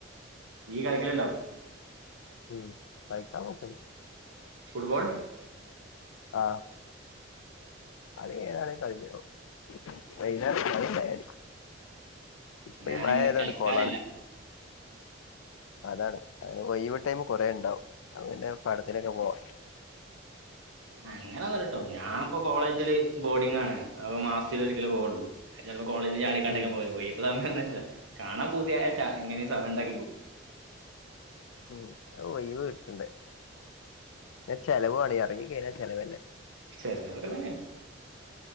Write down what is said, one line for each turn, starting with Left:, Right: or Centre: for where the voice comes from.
Right: നീഈ കളിക്കല ഇണ്ടാവ
Left: ഉം വൈക്ക പോക്കണ്ട്
Right: ഫുട്ബൾ
Left: ആ അത് ഏതാണ കളിഞ്ഞോ വൈയ്ന്നേരം ക <unintelligible> ഇപ്പ
Right: ഞാനങ്ങനെ
Left: മഴായത
Right: കളിക്കാറില്ല
Left: കൊണ്ട് കൊളാണ് അതാണ് ടൈ കൊറ ഉണ്ടാവും അന്റെ പടത്തിനൊക്കെ പോവാ
Right: അങ്ങനെൊന്നും കേട്ടോ ഞാനിപ്പോ കോളേജില് ബോഡി ആണ് അപ്പ മാസത്തിലൽ ഒരു കിലോ പോവൊള്ളൂ ചപ്പോ കോളേജിൽ ചാടിക്കണ്ടൊക്കെ
Left: ഉം
Right: പോയി ഇപ്പ സമയം കാണാൻ പൂതിയയാ ച എങ്ങനെ സമയ ഉണ്ടാക്കി പോ
Left: ഉ ഒഴവ് കട്ടുണ്ട് അ ചെലവ്വാണ ഇറങ്ങി കഴിഞ്ഞാൽ ചിലലവല്ലേ
Right: ചലോക്കതന്ന